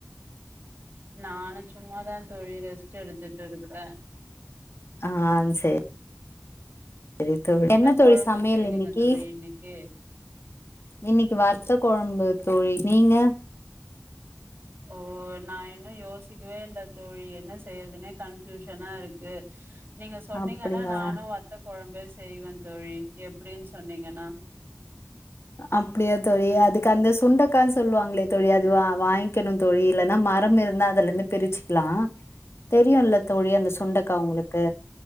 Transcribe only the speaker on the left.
ஆ சேர் ரி தோழி என்ன தோழி
சமையல்
இன்னிக்கீ
இன்னிக்கீ வத்த கொழம்பு தோழி நீங்க
அப்டியா
அப்டியா தோழி அதுக்கு அந்த சுண்டக்கானு சொல்வாங்களே தோழி அது வா வாங்கிகணு தோழி இல்லன்னா மரம் இருந்தா அதுல இருந்து பிர்ச்சுக்கலா தெரியுல்ல தோழி அந்த சுண்டக்கா உங்களுக்கு